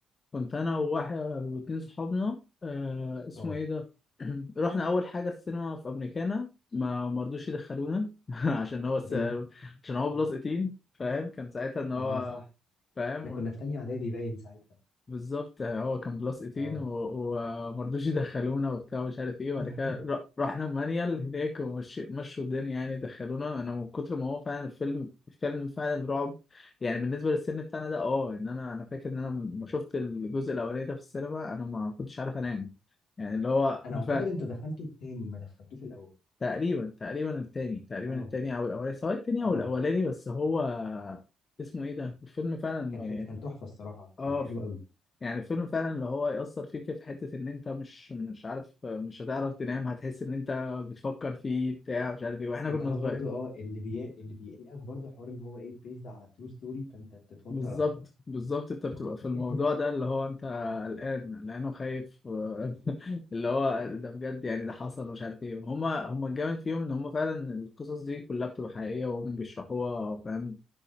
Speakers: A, on the left; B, on the left.
A: كنت انا وواحد واتنين صحابنا آه اسمه
B: اه
A: ايه ده <clears throat> رحنا اول حاجه السينما في امريكانا ما مرضوش يدخلونا <laughs> عشان هو س...
B: ليه
A: عشان هو بلس 18 فاهم كان ساعتها ان هو
B: اه صح
A: فاهم
B: احنا كنا في تانية اعدادي باين ساعتها
A: بالظبط يعني هو كان بلس 18
B: اه
A: و- ومرضوش يدخلونا وبتاع ومش عارف ايه وبعد
B: <laughs>
A: كده ر- رحنا مانيال هناك ومشوا الدنيا يعني دخلونا انا من كتر ما هو فعلا الفيلم الفيلم فعلا رعب يعني بالنسبه للسن بتاعنا ده اه ان انا انا فاكر ان انا لما شفت الجزء الاولاني ده في السينما انا ما كنتش عارف انام يعني اللي هو
B: انا اعتقد
A: فعلا
B: انتوا دخلتوا التاني ما دخلتوش الاول
A: تقريبا تقريبا التاني تقريبا
B: اه
A: التاني او الاولاني سواء التاني
B: اه
A: او الاولاني بس هو اسمه ايه ده الفيلم فعلا ما-
B: كان حت...
A: يعني،
B: كان تحفه الصراحه
A: اه
B: كان حلو قوي
A: يعني فيلم فعلا اللي هو يأثر فيك في حتة إن أنت مش مش عارف مش هتعرف تنام هتحس إن أنت بتفكر فيه بتاع مش عارف إيه وإحنا
B: انت
A: كنا
B: عارف
A: صغير
B: برضو اه اللي بي... اللي بيقلقك برضو حوار ان هو ايه بيزد على ترو ستوري فانت تتوتر
A: بالظبط
B: اكتر
A: بالظبط أنت بتبقى
B: <laughs>
A: في الموضوع ده اللي هو أنت قلقان قلقان وخايف و- <laughs> اللي هو ده بجد يعني ده حصل ومش عارف إيه هما هما الجامد فيهم إن هما فعلا القصص دي كلها بتبقى حقيقية وهم بيشرحوها فاهم